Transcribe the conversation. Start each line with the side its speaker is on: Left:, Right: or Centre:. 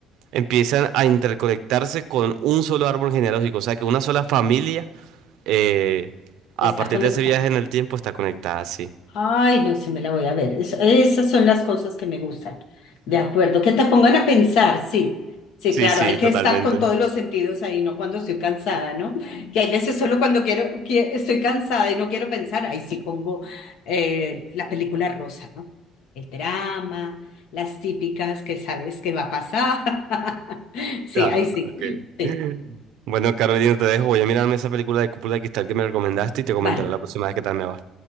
Right: empiezan a interconectarse con un solo árbol genealógico. O sea, que una sola familia, eh, a
Left: Está
Right: partir
Left: conectada.
Right: de ese viaje en el tiempo, está conectada, sí.
Left: Ay, no sé, me la voy a ver. Es- esas son las cosas que me gustan. De acuerdo, que te pongan a pensar, sí. Sí,
Right: Sí,
Left: claro,
Right: sí,
Left: hay que
Right: totalmente.
Left: estar con todos los sentidos ahí, no cuando estoy cansada, ¿no? Que hay veces solo cuando quiero, que estoy cansada y no quiero pensar, ahí sí pongo eh, la película rosa, ¿no? El drama, las típicas que sabes que va a pasar. <laughs> Sí,
Right: Ya,
Left: ahí sí.
Right: ok.
Left: Sí,
Right: <laughs> Bueno, Carolina, te dejo. Voy a mirarme esa película de Cúpula de Cristal que me recomendaste y te comentaré
Left: vale,
Right: la próxima vez qué tal me va.